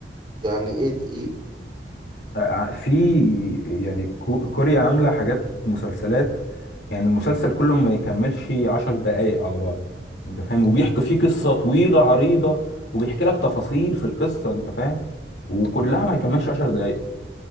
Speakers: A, on the right; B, on the left.
A: يعني إيه دي
B: آه، في يعني كو- كوريا عاملة حاجات مسلسلات يعني المسلسل كله ما يكملش عشر دقايق على بعض انت فاهم وبيحكي فيه قصة طويلة عريضة وبيحكي لك تفاصيل في القصة انت فاهم وكلها ما يكملش عشر دقايق